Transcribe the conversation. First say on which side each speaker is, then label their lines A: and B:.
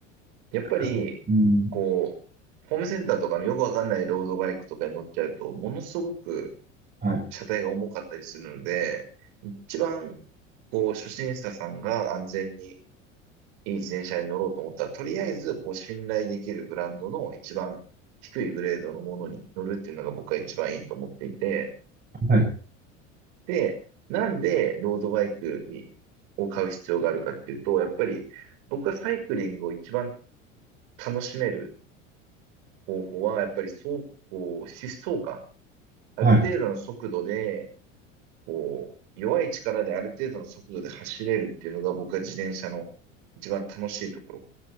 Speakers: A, on the right (about 65°); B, on the right (about 25°).
A: やっぱり、
B: かかる。うん、
A: こう、ホームセンターとかのよくわかんないロードバイクとかに乗っちゃうと、ものすごく
B: はい。
A: 車体が重かったりするので、一番、こう、初心者さんが安全にいい自転車に乗ろうと思ったら、とりあえず、こう、信頼できるブランドの一番低いグレードのものに乗るっていうのが僕は一番いいと思っていて、
B: はい、
A: で、なんでロードバイクに、を買う必要があるかっていうと、やっぱり僕がサイクリングを一番楽しめる方法は、やっぱり走行、疾走感。ある程度の速度で、
B: はい。
A: こう、弱い力である程度の速度で走れるっていうのが僕は自転車の一番楽しいところ